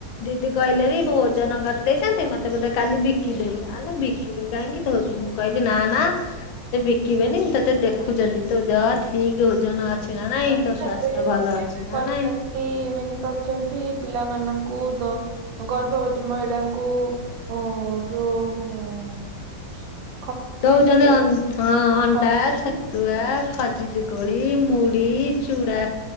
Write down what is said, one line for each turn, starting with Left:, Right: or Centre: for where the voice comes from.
Left: ଦିଦି କହିଲେରି ମୁଁ ଓଜନ କରିଦେଇଛନ୍ତି ମୋତେ ବୋଧେ କାଲି ବିକିଦେବେ। ଆଲେ ବିକିବେ କାହିଁକି ତୁ କହିଲି ନା ନା ତତେ ବିକିବେନି। ତତେ ଦେଖୁଛନ୍ତି, ତୋ ଦେହ ଠିକ ଓଜନ ଅଛି ନା ନାଇଁ,
Right: ହଁ
Left: ତୋ ସ୍ୱାସ୍ଥ୍ୟ
Right: ଏବେ
Left: ଭଲ
Right: ଏବେ
Left: ଅଛି ନା
Right: ସରକାର
Left: ନାଇଁ।
Right: ବି ଏମିତି କରିଛନ୍ତି ପିଲାମାନଙ୍କୁ ଦ-ଗର୍ଭବତୀ ମହିଳାଙ୍କୁ ଉଁ <inaudible>
Left: ଦଉଛନ୍ତି ଅଁ ହଁ ଅଣ୍ଡା,
Right: ଖଜୁରୀ
Left: ଛତୁଆ ଖଜିରି କୋଳି, ମୁଢି, ଚୁଡ଼ା